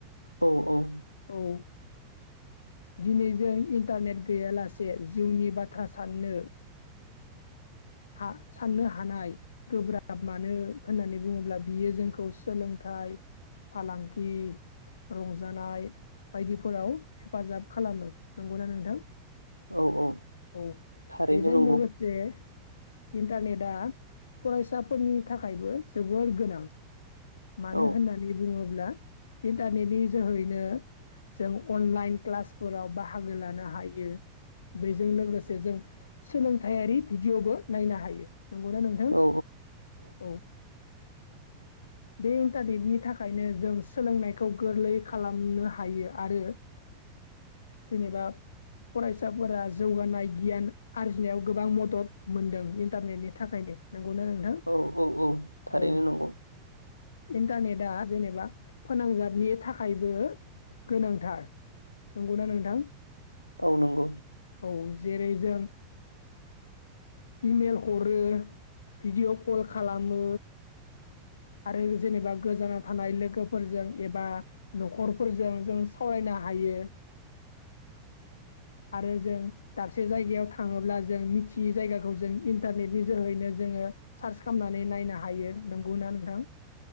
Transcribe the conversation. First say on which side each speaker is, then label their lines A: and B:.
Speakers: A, on the left (about 85°); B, on the left (about 70°).
A: औ औ
B: औ दिनै जों इन्टारनेट गैयालासे जिउनि बाथ्रा साननो
A: <inaudible>
B: हा साननो हानाय गोब्राब मानो होननानै बुङोब्ला बियो जोंखौ सोलोंथाइ फालांगि रंजानाय बायदिफोराव हेफाजाब खालामो नंगौना नोंथां
A: औ औ
B: औ
A: थारैनो
B: बेजों
A: नंगौ
B: लोगोसे इन्टारनेटआ फरायसाफोरनि थाखायबो जोबोर गोनां मानो
A: औ
B: होननानै बुङोब्ला इन्टारनेटनि जोहैनो जों अनलाइन क्लासफोराव बाहागो लानो हायो बेजों लोगोसे जों सोलोंथायारि भिडिय'बो नायनो हायो नंगौना नोंथां
A: औ
B: औ बे इन्टारनेटनि थाखायनो जों सोलोंनायखौ गोरलै खालामनो हायो आरो जेनेबा फरायसाफोरा जौगानाय गियान आरजिनायाव गोबां मदद मोनदों इन्टारनेटनि थाखायनो नंगौ ना नोंथां
A: औ औ औ थारैनो
B: औ
A: नंगौ
B: इन्टारनेटआ जेनेबा फोनांजाबनि थाखायबो गोनांथार नंगौना नोंथां
A: औ नंगौ
B: औ जेरै जों इमेल हरो भिडिअ' कल खालामो आरो जेनेबा गोजानाव थानाय लोगोफोरजों एबा न'खर फोरजों जों सावरायनो हायो
A: <inaudible>
B: आरो जों दाबसे जायगायाव थाङोब्ला जों मिथियै जायगाखौ जों इन्टारनेटनि जोहैनो जो ङो सार्च खालामनानै नायनो हायो नंगौना नोंथां